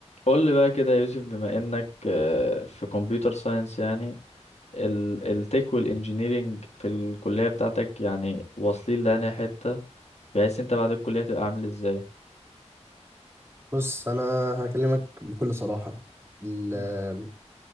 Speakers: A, on the left; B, on the right.
A: قول لي بقى كده يا يوسف بما انك آه، في كمبيوتر ساينس يعني ال- التك والانجينيرينج في الكلية بتاعتك يعني واصلين لأنهي حتة بحيث انت بعد الكلية تبقى عامل ازاي
B: بص انا هكلمك بكل صراحه ال-
A: مم.
B: آه،